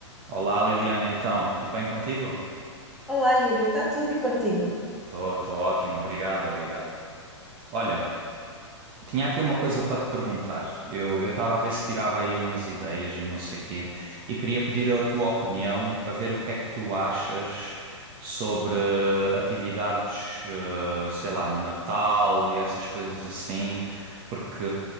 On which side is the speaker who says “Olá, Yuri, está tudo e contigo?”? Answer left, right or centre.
Centre